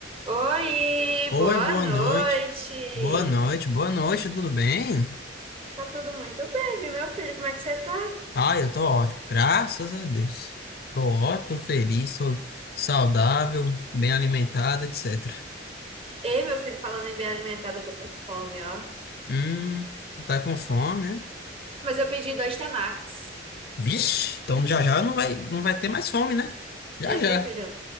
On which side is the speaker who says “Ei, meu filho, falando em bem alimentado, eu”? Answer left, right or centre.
Right